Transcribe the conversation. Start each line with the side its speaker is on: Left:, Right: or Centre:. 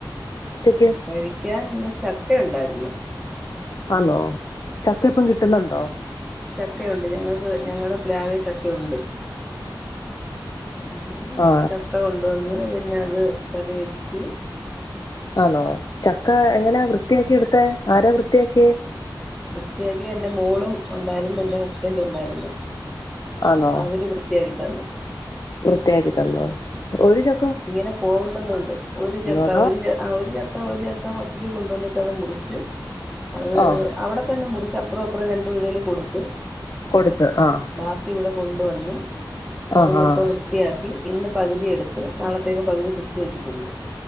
Left: ഉച്ചക്ക്
Centre: കഴിക്കാൻ ഇന്ന് ചക്ക ഉണ്ടായിരുന്നു
Left: ആണോ ചക്കയിപ്പം കിട്ടുന്നുണ്ടോ
Centre: ചക്കയുണ്ട് ഞങ്ങൾക്ക് ഞങ്ങളുടെ പ്ലാവേ ചക്കയുണ്ട് പിന്നെ
Left: ആഹ്
Centre: ചക്ക കൊണ്ടുവന്ന് പിന്നെ അത് കറി വെ വെച്ച്
Left: ആണോ ചക്ക എങ്ങനാ വൃത്തിയാക്കി എടുത്തേ ആരാ വൃത്തിയാക്കിയേ
Centre: വൃത്തിയാക്കിയ എന്റെ മോളും ഉണ്ടായിരുന്നു എന്റെ ഹസ്ബൻറും ഉണ്ടായിരുന്നു
Left: ആന്നോ
Centre: അവര് വൃത്തിയാകി തന്നു
Left: വൃത്തിയാക്കി തന്നോ ഒരു ച
Centre: ഇങ്ങനെ പോകണ്ടന്നുണ്ട് ഒരു ചക്ക
Left: അതോ
Centre: ഒരു ഒരു ചക്ക ഒരു ചക്ക മൊത്തത്തിൽ കൊണ്ടുവന്നിട്ട് അത് മുറിച്ച് അത്
Left: ആഹ്
Centre: അവിടെ തന്നെ മുറിച്ച അപ്പറം ഇപ്പുറം രണ്ട് വീടുകളിൽ കൊടുത്ത്
Left: കൊടുത്ത് ആഹ്
Centre: ബാക്കി ഇവിടെ കൊണ്ടുവന്ന് അത്
Left: ആഹ്
Centre: മൊത്തം
Left: ആഹ്
Centre: വൃത്തിയാക്കി ഇന്ന് പകുതിയെടുത്ത് നാളത്തേക്ക് പകുതി ഫ്രിഡ്ജ് വച്ചിട്ടുണ്ട്